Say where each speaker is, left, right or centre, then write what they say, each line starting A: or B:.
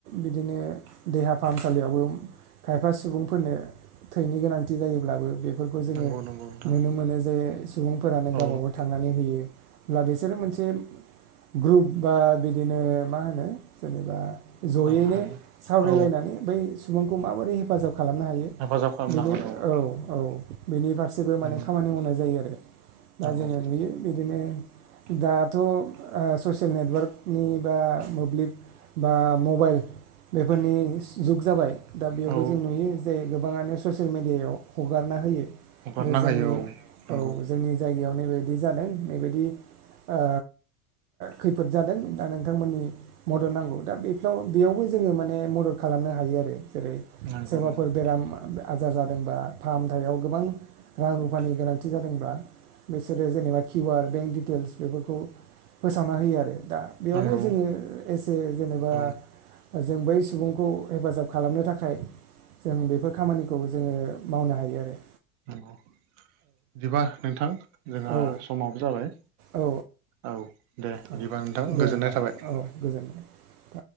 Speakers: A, on the right; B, on the right.
A: बिदिनो देहा फाहामसालियावबो खायफा सुबुंफोरनो थैनि गोनांथि जायोब्लाबो बेफोरखौ जोङो
B: नंगौ नंगौ नोंथां
A: नुनो मोनो जे सुबुंफोरानो
B: औ
A: गावबाागाव थांनानै होयो अब्ला बिसोरो मोनसे ग्रुप बा बिदिनो मा होनो जेनेबा जयैनो
B: औ हानो
A: सावरायलायनानै
B: औ
A: बै सुबुंखौ माबोरै हेफाजाब खालामनो हायो
B: हेफाजाब खालामनो
A: बेनो औ औ। बेनि फारसेबो
B: हागोन
A: माने
B: औ
A: खामानि मावनाय जायो आरो। दा
B: नंगौ
A: जोङो नुयो बिदिनो दाथ' ओ ससियेल नेटवार्कनि बा मोब्लिब बा मबाइल बेफोरनि जुग जाबाय दा बेयावबो
B: औ
A: जों नुयो जे गोबाङानो ससियेल मेडियायाव हगारना होयो।
B: हगारना
A: जोंनि
B: होयो औ नंगौ
A: औ जोंनि जायगायाव नैबायदि जादों नैबायदि ओ खैफोद जादों दा नोंथांमोननि मदद नांगौ दा बेफ्राव बेयावबो जोङो माने मदद खालामनो हायो आरो जेरै
B: नंगौ
A: सोरबाफोर
B: नंगौ
A: बेराम आजार जादोंबा फाहामथायाव गोबां रां रुफानि गोनांथि जादोंब्ला बिसोरो जेनेबा किउआर बेंक डिटेल्स बेफोरखौ फोसावना होयो आरो दा बेयावबो
B: नंगौ
A: जोङो एसे जेनेबा
B: औ
A: जों बै सुबुंखौ हेफाजाब खालामनो थाखाय जों बेफोर खामानिखौ जोङो मावनो हायो आरो।
B: नंगौ बिदिबा नोंथां जोंहा
A: औ
B: समाबो जाबाय।
A: औ
B: औ दे बिदिबा
A: औ
B: नोंथां
A: दे
B: गोजोननाय
A: होमबा
B: थाबाय।
A: औ गोजोनबाय